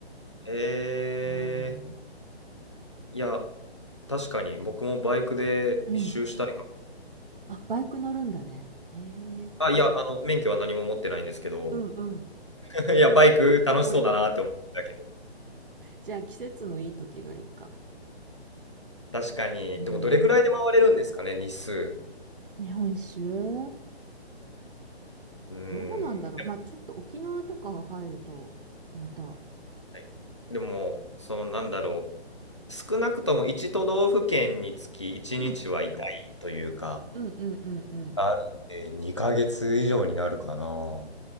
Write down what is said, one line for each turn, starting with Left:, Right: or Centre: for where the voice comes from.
Left: ええ
Right: うん。
Left: いや、確かに僕もバイクで一周したいか
Right: うん。あ、バイク乗るんだね。へえ。
Left: も。あ、いや、あの、免許は何も持ってないんですけど、
Right: うんうん。
Left: <laughs>
Right: これ、
Left: いや、バイク楽しそうだなって思ってたけど。
Right: こ、これ、じゃあ季節のいい時がいいか。
Left: 確かに。
Right: うん。
Left: でも、どれぐらいで回れるんですかね、日数。
Right: 日本酒周
Left: うーん。
Right: どうなんだろう。まあちょっと沖縄とかが入ると、また。
Left: はいでも、その、なんだろう。少なくとも一都道府県につき1日はいたいというか、
Right: うん。うんうんうんうん。
Left: あるんで、2ヶ月以上になるかな。